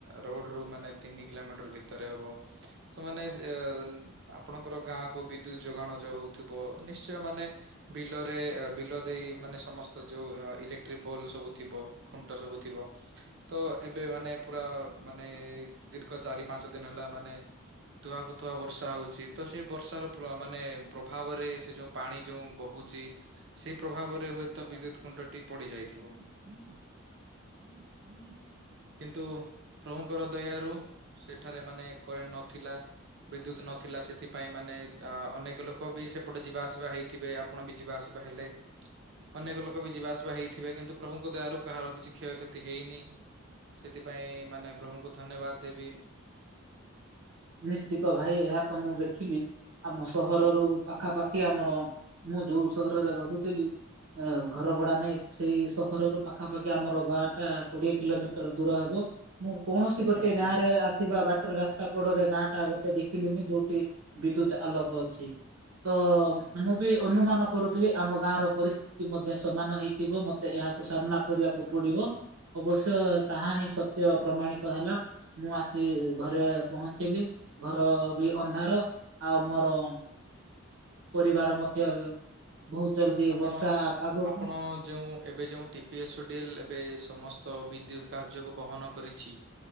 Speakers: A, on the right; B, on the right.
A: ରୋଡରୁ ମାନେ ତିନି କିଲୋମିଟର ଭିତ ଭିତରେ ହବ ତ ମାନେ ସେ ଆପଣଙ୍କର ଗାଁକୁ ବିଦ୍ୟୁତ ଯୋଗାଣ ଯଉ ହଉଥିବ ନିଶ୍ଚୟ ମାନେ ବିଲରେ ବିଲ ଦେଇ ମାନେ ସମସ୍ତ ଯୋଉ ଇଲେକ୍ଟ୍ରିକ ପୋଲ ସବୁ ଥିବ ଖୁଣ୍ଟ ସବୁ ଥିବ। ତ ଏବେ ମାନେ ପୁରା ମାନେ ଦୀର୍ଘ ଚାରି ପାଞ୍ଚ ଦିନ ହେଲା ମାନେ ତୁଆକୁୁତୁଆ ବର୍ଷା ହଉଛି ତ ସେଇ ବର୍ଷାର ପ୍ର ମାନେ ପ୍ରଭାବରେ ସେ ଯୋଉ ପାଣି ଯୋଉ ବହୁଛି ସେଇ ପ୍ରଭାବରେ ହୁଏତ ବିଦ୍ୟୁତ ଖୁଣ୍ଟଟି ପଡିଯାଇ
B: <inaudible>
A: କିନ୍ତୁ ପ୍ରଭୁଙ୍କର ଦୟାରୁ ସେଠାରେ ମାନେ କରେଣ୍ଟ ନଥିଲା। ବିଦ୍ୟୁତ ନଥିଲା ସେଥିପାଇଁ ମାନେ ଅ ଅନେକ ଲୋକ ବି ସେପଟେ ଯିବା ଆସିବା ହେଇ ଥିବେ ଆପଣ ବି ଯିବା ଆସିବା ହେଲେ ଅନେକ ଲୋକ ବି ଯିବାଆସିବା ହେଇଥିବେ କିନ୍ତୁ ପ୍ରଭୁଙ୍କ ଦୟାରୁ କାହାର କିଛି କ୍ଷୟକ୍ଷତି ହେଇନି। ସେଥିପାଇଁ ମାନେ ପ୍ରଭୁଙ୍କୁ ଧନ୍ୟବାଦ ଦେବି।
B: ନିଶ୍ଚିତ ଭାଇ ଏହା ତ ମୁଁ ଦେଖିନି। ଆମ ସହରରୁ ପାଖାପାଖି ଆମର ମୁଁ ଯୋଉ ସହରରେ ରହୁଥିଲି। ଆ ଘର ଭଡା ନେଇଚି ସହରରୁ ପାଖାପାଖି ଆମର ଗାଁ ଟା କୋଡିଏ କିଲୋମିଟର ଦୂର ହବ। ମୁଁ କୌଣସି
A: ଆଜ୍ଞା
B: ଗୋଟେ
A: ଆଜ୍ଞା
B: ଗାଁରେ ଆସିବା ବାଟରେ ରାସ୍ତା ଗୋଡ଼ରେ ଗାଁଟା ଗୋଟେ ଦେଖିଲେନି ଯୋଉଠି ବିଦ୍ୟୁତ ଆଲୋକ ଅଛି। ତ ମୁଁ ବି ଅନୁମାନ କରୁଥିଲି ଆମ ଗାଁର ପରିସ୍ଥିତି ଟି ମଧ୍ୟ ସମାନ ହେଇଥିବ ମତେ ଏହାକୁ ସାମ୍ନା କରିବାକୁ ପଡିବ। ଅବଶ୍ୟ ତାହା ହିଁ ସତ୍ୟ ପ୍ରମାଣିତ ହେଲା ମୁଁ ଆସି ଘରେ ପହଞ୍ଚିଲି ଘର ବି ଅନ୍ଧାର ଆଉ ମୋର ପରିବାର ମଧ୍ୟ ବହୁତ ଜଲଦି
A: ଆପଣ
B: ବର୍ଷା ପାଗକୁ
A: ଆପଣ ଯେଉଁ ଏବେ ଯେଉଟି ଡ଼ିଲ ଏବେ ସମସ୍ତ ବିଦ୍ୟୁତ କାର୍ଯ୍ୟକୁ ବହନ କରିଛି